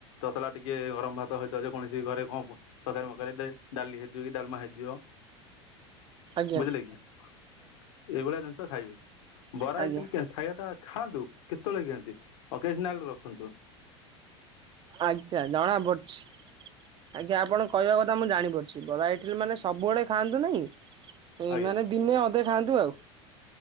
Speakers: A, on the left; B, on the right.
A: ତତଲା ଟିକେ ଗରମ ଭାତ ହେଇଥା ଯେ କୌଣସି ଘରେ କଣ ତକାରୀ ମକାରି ଡାଲି ହେଇ ଥିବ କି ଡାଲମା ହେଇଥିବ।
B: ଆଜ୍ଞା
A: ବୁଝିଲେ କି ଏଇଭଳିଆ ଜିନିଷ ଖାଇବେ
B: ଆଜ୍ଞା
A: ବରା ଇଟିଲି କ୍ୟା ଖାଇବାଟା ଖାଆନ୍ତୁ କେତେବେଳେ କେନ୍ତି ଅକେଜନାଲ ରଖନ୍ତୁ।
B: ଆଚ୍ଛା ଜଣାପଡ଼ୁଛି ଆଜ୍ଞା ଆପଣ କହିବା କ ଥା ମୁଁ ଜାଣିପାରୁଛି ବରା ଇଟିଲି ମାନେ ସବୁବେଳେ ଖାଆନ୍ତୁ ନାହିଁ ଇଁ
A: ଆଜ୍ଞା
B: ମାନେ ଦିନେ ଅଧେ ଖାଆନ୍ତୁ ଆଉ।